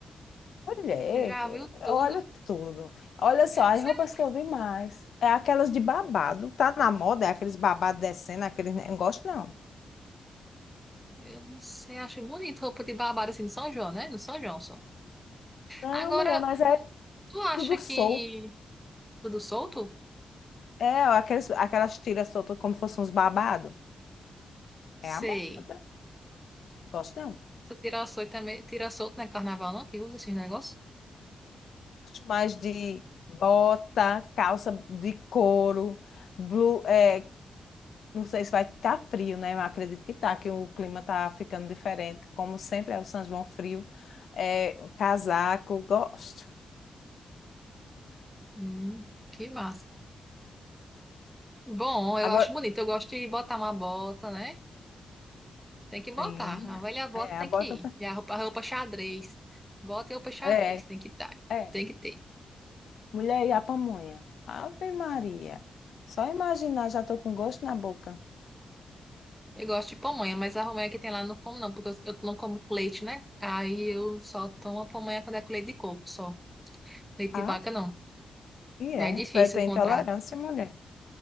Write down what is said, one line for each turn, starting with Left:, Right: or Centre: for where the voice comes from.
Left: Mulher,
Centre: Tu já viu
Left: olha
Centre: tudo?
Left: tudo. Olha só, as
Centre: Sei
Left: roupas
Centre: lá,
Left: que eu vi mais é aquelas de babado. Tá na moda, é aqueles babados descendo, aqueles negócio, não.
Centre: Eu não sei, acho bonito roupa de babado assim no São João, né? No São João só.
Left: Não,
Centre: Agora,
Left: mulher, mas é
Centre: Tu acha
Left: tudo solto.
Centre: que tudo solto?
Left: É, aqueles, aquelas tiras soltas como fossem uns babados.
Centre: Sei.
Left: É a moda. Gosto não.
Centre: Só tira solto também, tira solto não é carnaval, não? Que usa esses negócios?
Left: Gosto mais de bota, calça de couro, blu- é, Não sei se vai estar frio, né? Eu acredito que tá, que o clima está ficando diferente. Como sempre, é o São João frio. É, o casaco, gosto.
Centre: Hum, que massa. Bom, eu
Left: Agora,
Centre: acho bonito. Eu gosto de botar uma bota, né? Tem que botar.
Left: sim,
Centre: A velha bota
Left: é,
Centre: tem
Left: a bota.
Centre: que ir.
Left: tá-
Centre: E a roupa, a roupa xadrez. Bota e roupa xadrez.
Left: É,
Centre: Tem que estar.
Left: é.
Centre: Tem que ter.
Left: Mulher e a pamonha. Ave Maria. Só imaginar, já estou com gosto na boca.
Centre: Eu gosto de pamonha, mas a pamonha que tem lá eu não como, não, porque eu, eu não como com leite, né? Aí eu só tomo a pamonha quando é com leite de coco, só. Leite
Left: Ah,
Centre: de vaca, não.
Left: e é.
Centre: É difícil
Left: Tu é- tem
Centre: encontrar.
Left: intolerância, mulher.